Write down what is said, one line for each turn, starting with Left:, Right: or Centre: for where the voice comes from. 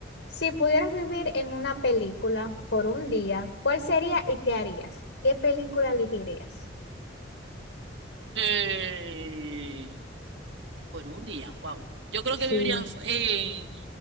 Left: si pudieras vivir en una película por un día, ¿cuál sería y qué harías? ¿Qué película elegirías?
Right: Eh, por un día, wow. Yo creo
Left: Sí.
Right: que vivirían fu- en,